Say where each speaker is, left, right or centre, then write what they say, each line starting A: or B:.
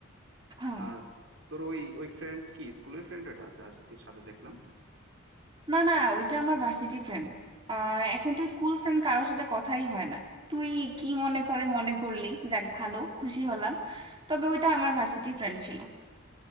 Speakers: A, on the right; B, on the right.
A: হুম,
B: আহ তোর ওই ওই ফ্রেন্ড কি স্কুলের ফ্রেন্ড ওটা যার সাথে দেখলাম
A: না না ওইটা আমার ভার্সিটি ফ্রেন্ড এখন তো স্কুল ফ্রেন্ড কারোর সাথে কথাই হয় না তুই কি মনে করে মনে করলি যাক ভালো খুশি হলাম তবে ওইটা আমার ভার্সিটি ফ্রেন্ড ছিল